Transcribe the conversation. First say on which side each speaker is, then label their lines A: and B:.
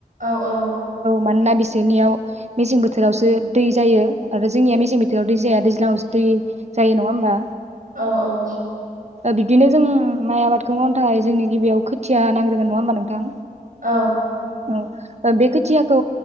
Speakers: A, on the right; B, on the right.
A: औ औ।
B: मानोना बिसोरनियाव मेसें बोथोरावसो दै जायो आरो जोंनिया मेसें बोथोराव दै जाया दैज्लाङावसो दै जायो नङा होमबा।
A: औ औ।
B: बिबदिनो जों माइ आबादखौ मावनो थाखाय जोंनि गिबियाव खोथिया नांग्रो नङा होमा नोंथां?
A: औ
B: औ ओ बेख खुथियाखौ